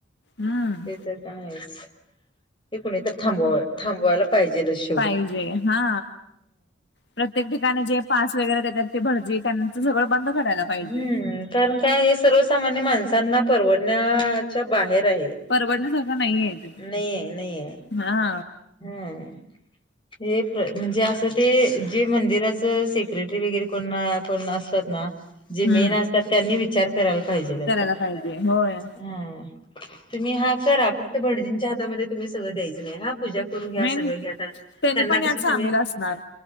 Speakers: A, on the left; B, on the left.
A: हम्म
B: ते <inaudible> ते तर आहेच <inaudible> हे कोणी तर थांबव थांबवायला पाहिजेल अशी.
A: पाहिजे हा. प्रत्येक ठिकाणी जे पास वगैरे देतात ते भडजी त्यांच सगळं बंद करायला पाहिजे.
B: हम्म, कारण काय हे सर्वसामान्य माणसांना परवडण्याच्या बाहेर आहे.
A: परवडण्यासारखं नाहीये ते
B: नाही आहे, नाही आहे.
A: हा.
B: हम. हे म्हणजे असं ते जे मंदिराचं सेक्रेटरी वगैरे कोण अस पण असत्यात ना
A: हम्म
B: जे मेन असतात त्यांनी विचार करायला पाहिजेल याचा.
A: करायला
B: <inaudible>
A: पाहिजे होय
B: ह तुम्ही हा करा फक्त भटजींच्या हातामध्ये तुम्ही सगळं द्यायचं नाही हा पूजा करून घ्या.
A: मेन
B: सगळं घ्या.
A: त्यांनी
B: त्यांना
A: पण यात
B: कसं
A: सामील
B: तुम्ही?
A: असणार